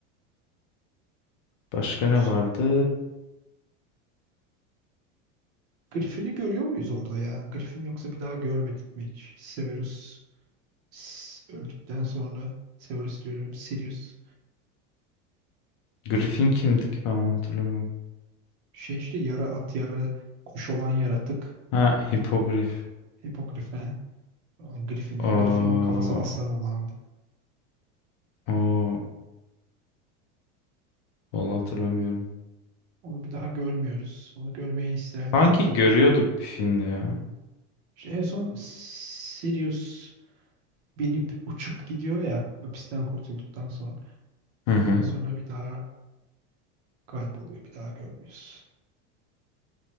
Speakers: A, on the left; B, on the right.
A: Başka ne
B: Güzel.
A: vardı?
B: Griffin'i görüyor muyuz orada ya? Griffin yoksa bir daha görmedik mi hiç? Severus s- öldükten sonra Severus diyorum Sirius.
A: Griffin kimdi ki ben onu hatırlamıyorum.
B: Şey işte yarı at yarı kuş olan yaratık
A: Ha Hipogrif.
B: Hipogrifen. Aa, Griffin diyorum.
A: Oo,
B: Griffin'in kafası aslan olandı.
A: oo, vallahi hatırlamıyorum.
B: Onu bir daha görmüyoruz. Onu görmeyi isterdim
A: Sanki
B: oysa.
A: görüyorduk bir filmde ya.
B: İşte en son Sirius binip uçup gidiyor ya hapisten kurtulduktan sonra.
A: Hı hı.
B: Ondan sonra bir daha kayboluyor. Bir daha görmüyoruz.